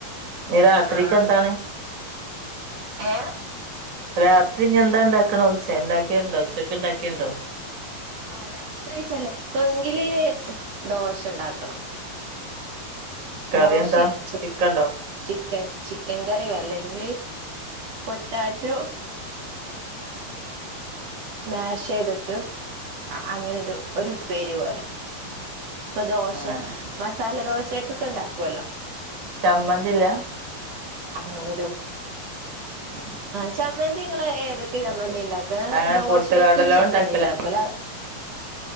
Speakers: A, on the right; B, on the right.
A: ഇനി രാത്രിക്ക്
B: ആ
A: എന്താണ്
B: ഏ
A: രാത്രിഞെന്താ ഇണ്ടാക്കണ ചോയ്ച്ചേ ണ്ടാക്കിയിണ്ടോ ഉച്ചയ്ക്ക് ഇണ്ടാക്കിയേണ്ടോ
B: ആഹ് രാത്രി ചെലപ്പോങ്കില് ദോശ ഉണ്ടാക്കണം
A: കറി
B: ദോശ
A: എന്താ
B: ചി
A: ചിക്കൻ ഉണ്ടോ
B: ചിക്കൻ ചിക്കൻ കറിയോ അല്ലെങ്കിൽ പൊട്ടാറ്റോ സ്മാഷ് ചെയ്തിട്ട് അങ്ങനെരു ഒരു ഉപ്പേരി പോലെ ഇപ്പൊ ദോശ
A: ആഹ്
B: മസാല ദോശയൊക്ക ഒക്കെ ഉണ്ടാക്കുവല്ലോ
A: ചമ്മന്തില്ല
B: അങ്ങന ഒരു
A: ഉം ഉം
B: ചമ്മന്തി നിങ്ങള് ഏതൊക്കെ
A: അത്
B: ചമ്മന്തി
A: ശരി
B: ഇണ്ടാക്കുക
A: അങ്ങനെ
B: ദോശയൊക്കൊ
A: പൊട്ടുകടല
B: ഒരു ചമ്മന്തി
A: ഉണ്ടാക്കല
B: ഉണ്ടാക്കുംല്ല